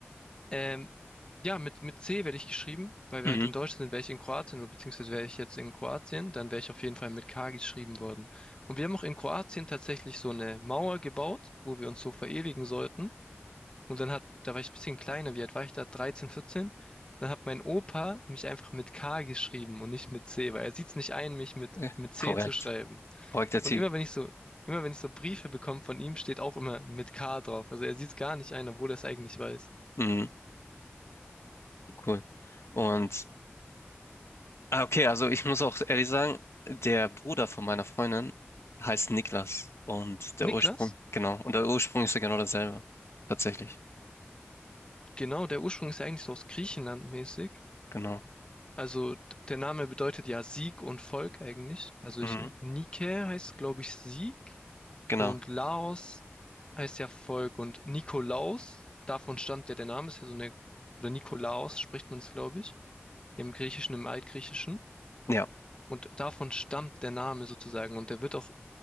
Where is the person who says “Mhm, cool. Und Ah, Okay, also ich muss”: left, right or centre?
Left